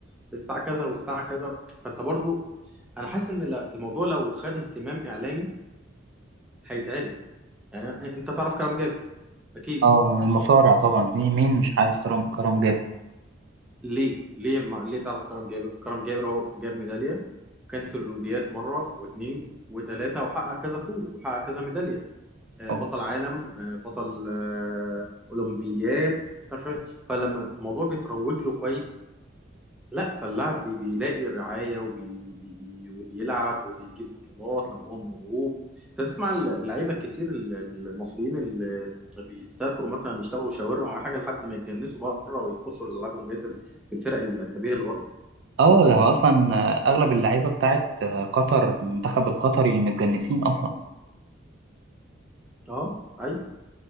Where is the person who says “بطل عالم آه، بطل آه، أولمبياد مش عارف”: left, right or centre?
Centre